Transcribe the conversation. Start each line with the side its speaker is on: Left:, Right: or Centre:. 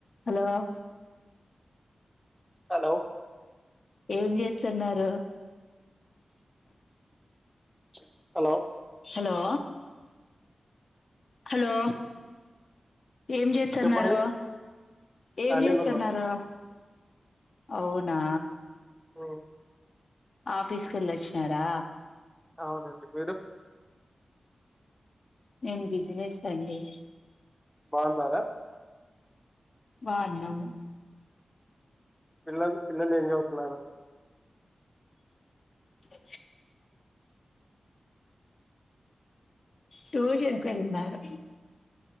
Left: హలోలో
Centre: hello
Left: ఏం చేస్తున్నారు
Centre: చె హలో
Left: హలో హలో ఏం చేస్తుంటారు
Centre: చెప్పండి
Left: ఏమీ
Centre: ఖాళీగున్నాం
Left: చేస్తుంటారు మీరు నా
Centre: ఆ
Left: ఆఫీసు కి వెళ్ళొచ్చినారా
Centre: అవునండి మీరు
Left: నేను బిజినెస్ అండి
Centre: బాగునర
Left: బాగునము
Centre: పిల్లలు పిల్లలు ఏం చవుతున్నారు
Left: అ ట్యూషన్ కి వేలును